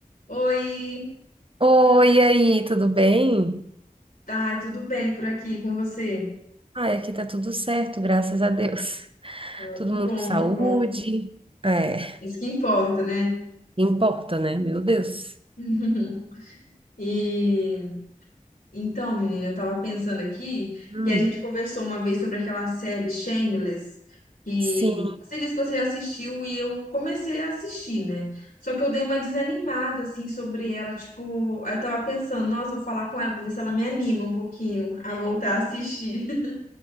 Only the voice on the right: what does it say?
Oi, e aí, tudo bem?
Ai, aqui tá tudo certo, graças a Deus. <laughs>
Todo
mundo
com saúde.
É,
importa, né? Meu Deus.
Hum,
sim,